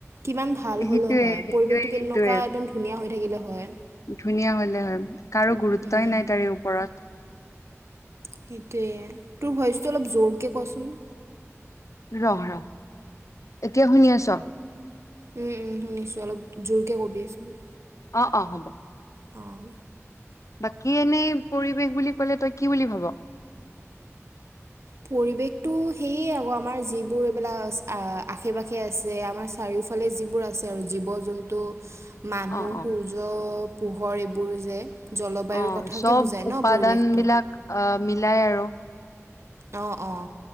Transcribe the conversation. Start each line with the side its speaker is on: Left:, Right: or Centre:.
Right: কিমান ভা ল
Left: সেইটোয়ে
Right: হ'লেও হয়,
Left: সেইটোয়ে
Right: পৰিৱেশটো কেনেকুৱা
Left: সেইটোয়ে
Right: একদম ধুনীয়া হৈ থাকিলে হয়
Left: ধুনীয়া হ'লে হয়, কাৰো গুৰুত্বয়ে
Right: উম,
Left: নাই তাৰে ওপৰত
Right: সেইটোৱে তোৰ ভইচটো অলপ জোৰকে কচোন।
Left: ৰহ, ৰহ, এতিয়া শুনি আছ?
Right: উম' উম' শুনিছো অলপ, জোৰকে কবিচোন।
Left: অঁ অঁ হ'ব।
Right: অঁ।
Left: বাকী এনেই পৰিৱেশ বুলি কলে তই কি বুলি ভাব?
Right: পৰিৱেশটো সেয়ে আকৌ আমাৰ যিবোৰ এইবিলাক আশে-পাশে আছে আমাৰ চাৰিওফালে যিবোৰ আছে আৰু জীৱ-জন্তু মানুহ,
Left: অ অ
Right: সূৰ্য, পোহৰ এইবোৰ যে জলবায়ুৰ
Left: অহ'
Right: কথাকে
Left: চব
Right: বুজায় ন
Left: উপাদান
Right: পৰিৱেশটো
Left: বিলাক আহ মিলাই আৰু,
Right: অঁ অঁ